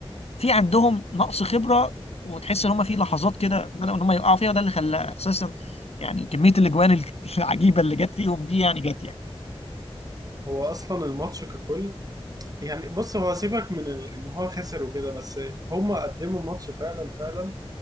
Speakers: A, on the left (about 80°); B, on the right (about 35°).
A: في عندهم نقص خبره وتحس ان هم في لحظات كده بدأوا ان هم يقعوا فيها وده اللي خلى اساسا يعني كميه الاجوان العجيبه اللي جت فيهم دي يعني جت يعني.
B: هو اصلا الماتش ككل يعني بص هو سيبك من ال- ان هو خسر وكده بس هم قدموا ماتش فعلا فعلا